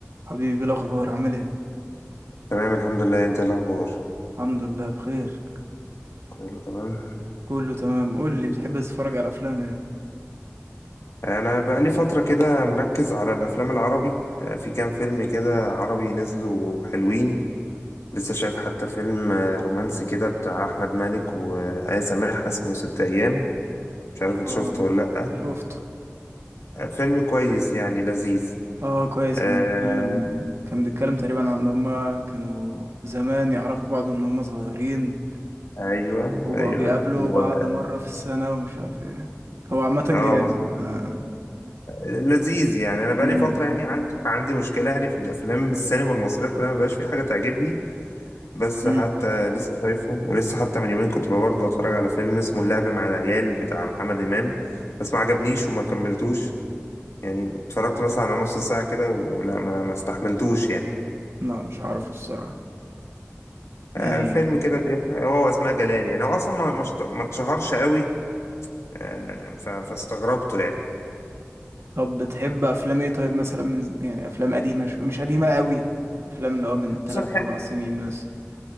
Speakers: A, on the right; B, on the left.
A: حبيبي إيه الاخبار عامل ايه
B: تمام الحمد لله انت ايه الاخبار
A: الحمد لله بخير
B: كله تمام
A: كله تمام قول لي بتحب تتفرج على افلام ايه
B: انا بقالي فتره كده مركز على الافلام العربي آه، في كام فيلم كده عربي نزلوا حلوين لسه شايف حتى فيلم آه، رومانسي كده بتاع احمد مالك وآية سماح اسمه ست ايام مش عارف انت
A: اه
B: شفته ولا لا
A: شفته
B: آه، فيلم كويس يعني لذيذ
A: اه كويس
B: آه
A: كان بيتكلم كان بيتكلم تقريبا عن ان هما كانوا زمان يعرفوا بعض من هما صغيرين
B: ايوه
A: وبقوا
B: ايوه
A: بيقابلوا
B: و...
A: بعض مرة في السنة ومش عارف ايه هو عامة
B: اه
A: جامد
B: مظبوط
A: آه.
B: لذيذ يعني انا بقالي
A: مم.
B: فتره يعني عندي عندي مشكله يعني في الافلام السينما المصريه كلها ما بقاش في حاجه تعجبني بس
A: مم.
B: حتى لسه شايفه ولسه حتى من يومين كنت برضه بتفرج على فيلم اسمه اللعب مع العيال بتاع محمد إمام بس ما عجبنيش وما كملتوش يعني اتفرجت مثلا على نص ساعة كده ولا ما ما استحملتوش يعني
A: لا مش عارفه الصراحة يعني
B: آه فيلم كده بيحكي هو وأسماء جلال يعني هو أصلا ما ما اشت- ما اتشهرش قوي آه ف- فاستغربته يعني
A: طب بتحب افلام ايه طيب مثلا من يعني افلام قديمة شو... مش قديمة قوي افلام اللي هو من 3
B: بص أنا بحب
A: 4 سنين مثلا